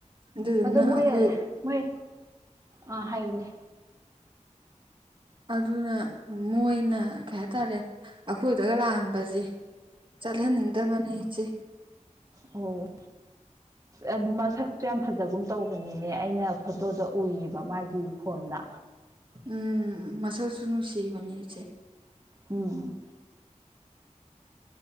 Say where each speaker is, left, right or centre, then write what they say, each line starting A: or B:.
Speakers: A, on the right; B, on the right.
A: ꯑꯗꯨꯗꯨꯅ
B: ꯑꯗꯣ ꯃꯣꯏ
A: ꯑꯩꯈꯣꯏ
B: ꯃꯣꯏ ꯑꯥ ꯍꯥꯏꯌꯨꯅꯦ
A: ꯑꯗꯨꯅ ꯃꯣꯏꯅ ꯀꯩ ꯍꯥꯏꯇꯔꯦ ꯑꯈꯣꯏꯗꯒ ꯂꯥꯛꯑꯝꯕꯖꯦ ꯆꯠꯍꯟꯅꯤꯡꯗꯕꯅꯦ ꯏꯆꯦ
B: ꯑꯧ ꯑꯗꯨ ꯃꯁꯛꯇꯨ ꯌꯥꯝ ꯐꯖꯒꯨꯝ ꯇꯧꯕꯅꯤꯅꯦ ꯑꯩꯅ ꯐꯣꯇꯣꯗ ꯎꯏꯌꯦꯕ ꯃꯥꯒꯤ ꯐꯣꯟꯗ
A: ꯎꯝ ꯃꯁꯛꯁꯨ ꯅꯨꯡꯁꯤꯕꯅꯦ ꯏꯆꯦ
B: ꯎꯝ